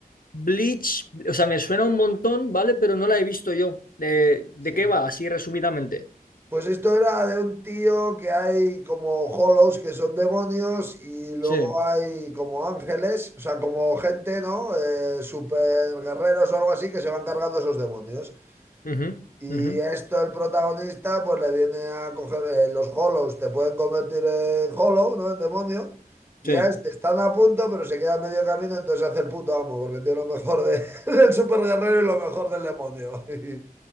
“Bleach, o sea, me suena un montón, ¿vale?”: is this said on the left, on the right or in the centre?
Left